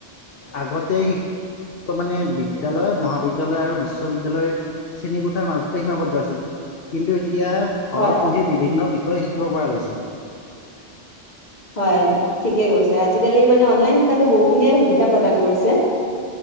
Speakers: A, on the left; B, on the left.
A: আগতে মানে বিদ্যালয় মহাবিদ্যা লয় আৰু বিশ্ববিদ্যালয় শ্ৰেণীকোঠাৰ মাজতে সীমাবদ্ধ আছিল কিন্তু এ এতিয়া ঘৰত
B: হয়,
A: বহিয়ে বিভিন্ন বিষয় তই শিকিব পৰা গৈছে
B: হয় ঠিকেই কৈছে। আজিকালি মানে অনলাইন শিক্ষাটো বহুখিনিয়েই সুবিধা থাকে। প্ৰদান কৰিছে।